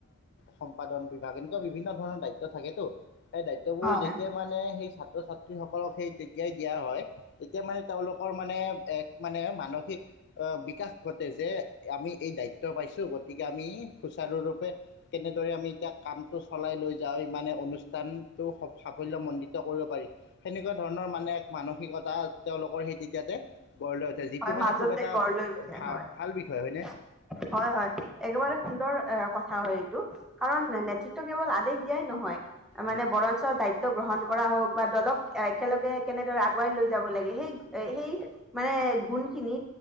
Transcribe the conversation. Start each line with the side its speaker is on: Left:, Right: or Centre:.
Left: সম্পাদন বিভাগ, এনেকুৱা বিভিন্ন ধৰণৰ দায়িত্ব - থাকেটো। সেই দায়িত্ববোৰ যেতিয়া
Centre: হয়
Left: মানে স- তো ছাত্ৰীসকলক সেই তেতিয়াই দিয়া হয়, তেতিয়া মানে তেওঁলোকৰ মানে এক মানে মানসিক বিকাশ, ঘটে। যে, আমি এই দায়িত্ব পাইছোঁ, গতিকে আমি সুচাৰুৰূপে কেনেদৰে আমি এতিয়া কামটো চলাই লৈ যাওঁ, মানে অনুষ্ঠানটো সাফল্য মণ্ডিত কৰিব পাৰি। সেনেকুৱা ধৰণৰ মানে এক মানসিকতা তেওঁলোকৰ সেই তেতিয়াতে গঢ় লৈ উঠে। যিটো
Centre: হয়
Left: মানে
Centre: মাজতে
Left: খুব এটা
Centre: গঢ় লৈ উঠে হয়
Left: ভা ভাল বিষয় হয়নে
Centre: হয়, একেবাৰে সুন্দৰ এ ক - হয় এইটো, কাৰণ নেতৃত্ব কেৱল আদেশ দিয়াই নহয় মানে
Left: উম,
Centre: বৰঞ্চ দায়িত্ব- গ্ৰহণ কৰা হওক বা দলক একেলগে কেনেদৰে আগুৱাই লৈ যাব লাগে সেই সেই মানে গুণ খিনি